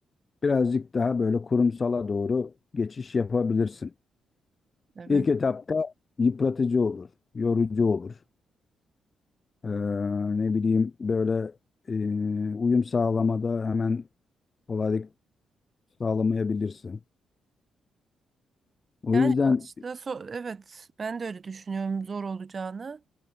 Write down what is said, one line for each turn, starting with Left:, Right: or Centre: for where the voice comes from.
Left: birazcık daha böyle kurumsala doğru geçiş yapabilirsin.
Right: Evet.
Left: İlk etapta yıpratıcı olur, yorucu olur. E, ne bileyim böyle e, uyum sağlamada hemen kolaylık sağlamayabilirsin. O
Right: Yani
Left: yüzden
Right: başta so- evet ben de öyle düşünüyorum zor olacağını.